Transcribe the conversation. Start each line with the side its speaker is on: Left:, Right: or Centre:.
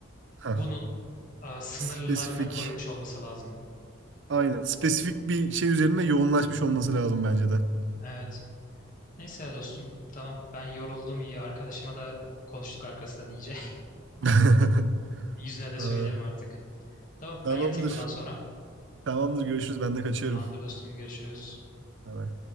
Right: Hah.
Left: bunun e, sınırlarının
Right: Spesifik.
Left: koyulmuş olması lazım.
Right: Aynen. Spesifik bir şey üzerine yoğunlaşmış olması lazım bence de.
Left: Evet. Neyse ya dostum. Tamam. Ben yoruldum iyi. Arkadaşıma da konuştuk arkasından iyice.
Right: <laughs>
Left: <laughs> Yüzüne de
Right: Aa,
Left: söylerim artık. Tamam.
Right: tamamdır.
Left: Ben yatayım buradan sonra.
Right: Tamamdır. Görüşürüz. Ben de kaçıyorum.
Left: Tamamdır dostum. Görüşürüz.
Right: Bay bay.